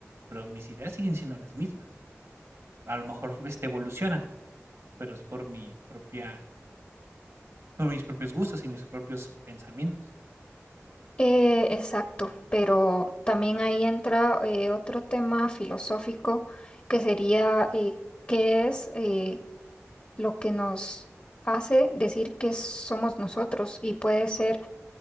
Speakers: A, on the right (about 60°); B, on the left (about 35°).
A: pero mis ideas siguen siendo las mismas a lo mejor este, evolucionan, pero es por mi propia, por mis propios gustos y mis propios pensamientos.
B: Eh, exacto, pero también ahí entra eh, otro tema filosófico que sería eh, qué es eh, lo que nos hace decir que somos nosotros y puede ser